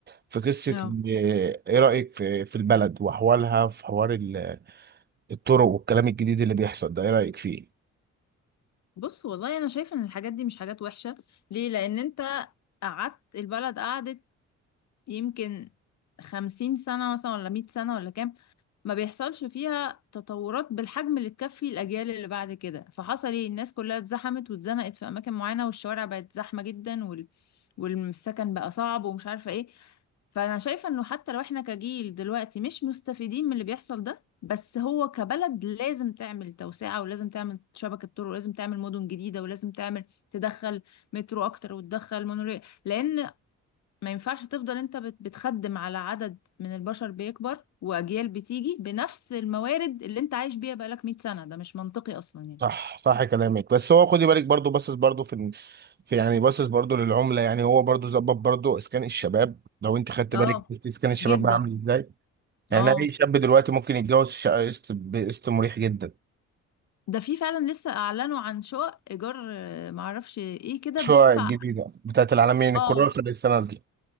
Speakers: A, on the right (about 35°); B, on the left (about 65°).
A: في قصة
B: اه
A: إن- إيه رأيك في في البلد وأحوالها في حوار ال- الطرق والكلام الجديد اللي بيحصل ده إيه رأيك فيه؟
B: بص والله انا شايفه ان الحاجات دي مش حاجات وحشه ليه لان انت قعدت البلد قعدت يمكن خمسين سنه مثلا ولا مية سنه ولا كام ما بيحصلش فيها تطورات بالحجم اللي تكفي الاجيال اللي بعد كده فحصل ايه الناس كلها اتزحمت واتزنقت في اماكن معينه والشوارع بقت زحمه جدا وال... والسكن بقى صعب ومش عارفه ايه فانا شايفه انه حتى لو احنا كجيل دلوقتي مش مستفيدين من اللي بيحصل ده بس هو كبلد لازم تعمل توسعه ولازم تعمل شبكه طرق ولازم تعمل مدن جديده ولازم تعمل تدخل مترو اكتر وتدخل مونوريل لان ما ينفعش تفضل انت بت- بتخدم على عدد من البشر بيكبر واجيال بتيجي بنفس الموارد اللي انت عايش بيها بقالك 100 سنه ده مش منطقي اصلا يعني
A: صح صح كلامك بس هو خدي بالك برضو باصص برضو في ال- في يعني باصص برضو للعملة يعني هو برضو ظبط برضو إسكان الشباب لو أنت خدت
B: اه
A: بالك شفت إسكان الشباب
B: جدا
A: بقى عامل إزاي؟ يعني
B: اه
A: أي شاب دلوقتي ممكن يتجوز شقة قسط بقسط مريح جدا
B: ده في فعلا لسه اعلنوا عن شقق ايجار آه، معرفش ايه كده
A: الشقق
B: بتدفع
A: الجديدة بتاعت العالمين
B: اه
A: الكراسة لسه نازلة